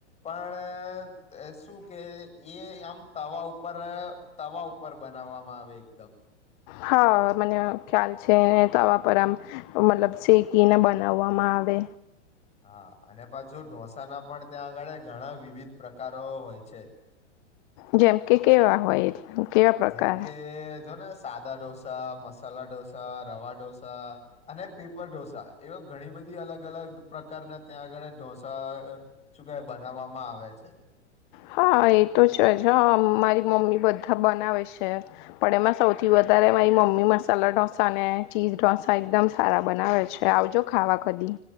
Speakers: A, on the left; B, on the left.
A: પણ શું કે એ, આમ તવા ઉપર તવા ઉપર બનાવવામા, આવે એકદમ
B: હા, મને ખ્યાલ છેને, તવા પર આમ મતલબ શેકીને બનાવવામા આવે
A: હા, અને પાછુ ઢોસાના, પણ ત્યાં આગળ ઘણા વિવિધ પ્રકારો હોય છે.
B: જેમ, કે કેવા હોય કેવા પ્રકાર
A: જેમ, કે જોને સાદા ઢોસા, મસાલા ઢોસા, રવા ઢોસા, અને પેપર ઢોસા એવા ઘણી બધી બધી અલગ અ, લગ પ્રકારના ત્યાં આંગળે ઢોસા શું કેવાય બનાવવામાં આવે છે.
B: હા, એ તો છેજ હ મારી મમ્મી બધા બનાવે છે, પણ એમાં સૌથી વધ ત્યારે મારી મમ્મી મસાલા ઢોસા ને ચીઝ ઢોસા એકદમ સારા બનાવે છે, આવજો ખાવા કદી